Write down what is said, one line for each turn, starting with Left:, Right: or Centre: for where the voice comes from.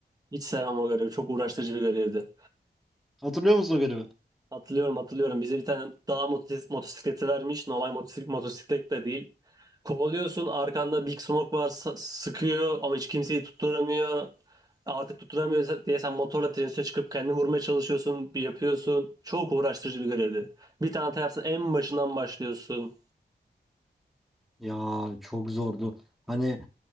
Right: Hiç sevmem o görevi. Çok uğraştırıcı bir görevdi.
Centre: Hatırlıyor musun o görevi?
Right: Hatırlıyorum hatırlıyorum. Bize bir tane dağ motos- motosikleti vermiş. Normal motos- motosiklet de değil. Kovalıyorsun arkanda Big Smoke var s- sıkıyor ama hiç kimseyi tutturamıyor. Artık tutturamıyor diye sen motorla trenin üstüne çıkıp kendini vurmaya çalışıyorsun. Bir yapıyorsun. Çok uğraştırıcı bir görevdi. Bir tane hata yapsan en başından başlıyorsun.
Centre: Ya çok zordu. Hani